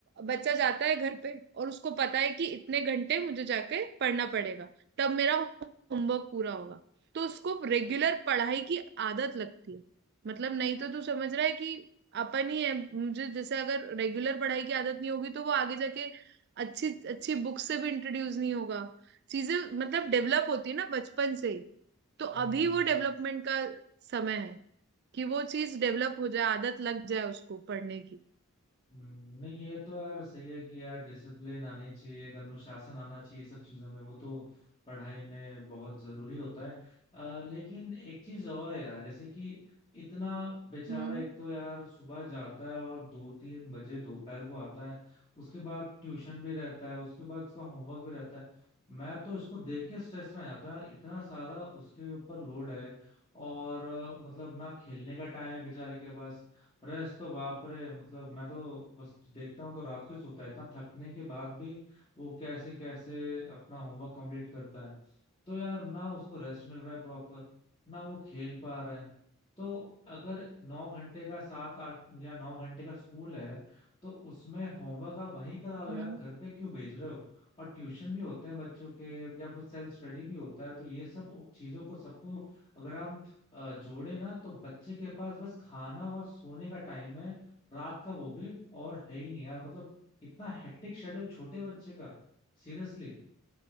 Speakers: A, on the right (about 50°); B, on the left (about 25°).
A: बच्चा जाता है घर पे और उसको पता है कि इतने घंटे मुझे जाके पढ़ना पड़ेगा तब मेरा होमवर्क पूरा होगा तो उसको रेगुलर पढ़ाई की आदत लगती है मतलब नहीं तो तू समझ रहा है कि अपन ही है मुझे जैसे अगर रेगुलर पढ़ाई की आदत नहीं होगी तो वो आगे जाके अच्छी अच्छी बुक से भी इंट्रोड्यूस नहीं होगा चीजें मतलब डेवलप होती है ना बचपन से ही। तो
B: हम्म
A: अभी वो डेवलपमेंट का समय है कि वो चीज डेवलप हो जाए आदत लग जाए उसको पढ़ने की
B: हम्म, नहीं ये तो यार सही है कि यार डिसिप्लिन आनी चाहिए एक अनुशासन आना चाहिए सब चीजों में वो तो पढ़ाई में बहुत जरूरी होता है अ, लेकिन एक चीज और है यार जैसे कि इतना बेचारा
A: हम्म
B: एक तो यार सुबह जाता है और दो तीन बजे दोपहर को आता है उसके बाद ट्यूशन भी रहता है उसके बाद उसका होमवर्क भी रहता है मैं तो इसको देख के स्ट्रेस में आ जाता है यार इतना सारा उसके ऊपर लोड है और अ, मतलब ना खेलने का टाइम है बेचारे के पास रेस्ट तो बाप रे मतलब मैं तो बस देखता हूँ तो रात को ही सोता है इतना थकने के बाद भी वो कैसे कैसे अपना होमवर्क कंप्लीट करता है तो यार ना उसको रेस्ट मिल रहा है प्रॉपर ना वो खेल पा रहा है तो अगर नौ घंटे का सात आठ या नौ घंटे का स्कूल है तो उसमें होमवर्क आप वहीं करा लो
A: हम्म
B: यार घर पे क्यों भेज रहे हो और ट्यूशन भी होते हैं बच्चों के या कुछ सेल्फ स्टडी भी होता है तो ये सब चीजों को सबको अगर हम अ, जोड़े ना तो बच्चे के पास बस खाना और सोने का टाइम है रात का वो भी और है ही नहीं यार मतलब इतना हेक्टिक शेड्यूल छोटे बच्चे का सीरियसली